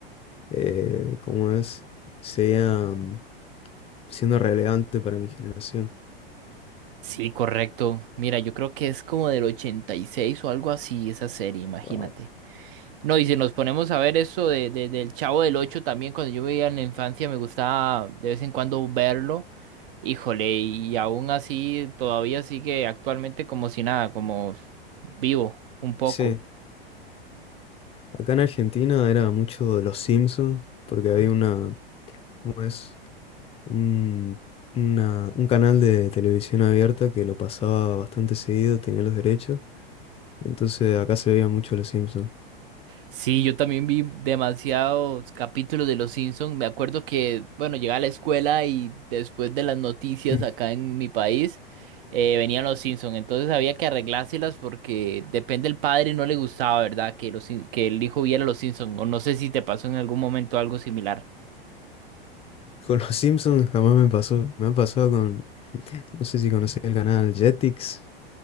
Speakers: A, on the left (about 20°); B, on the right (about 60°).
A: eh, como es, seguía mm, siendo relevante para mi generación.
B: sí, correcto. Mira, yo creo que es como del 86 o algo así esa serie, imagínate.
A: Wow.
B: No, y si nos ponemos a ver eso de, de- del Chavo del Ocho también, cuando yo veía en la infancia me gustaba de vez en cuando verlo. Híjole, y aún así todavía sigue actualmente como si nada, como vivo un poco.
A: Sí, acá en Argentina era mucho de los Simpsons, porque había una, ¿cómo es? un, una- un canal de televisión abierta que lo pasaba bastante seguido, tenía los derechos, entonces acá se veía mucho Los Simpsons.
B: Sí, yo también vi demasiados capítulos de Los Simpson. Me acuerdo que, bueno, llegaba a la escuela y después de las noticias
A: Mm.
B: acá
A: <laughs>
B: en mi país, eh, venían Los Simpson. Entonces había que arreglárselas porque depende el padre, no le gustaba, ¿verdad? Que, los, Sim- que el hijo viera Los Simpson. O no sé si te pasó en algún momento algo similar.
A: Con Los Simpsons jamás me pasó, me ha pasado con, no sé si conocés el canal Jetix,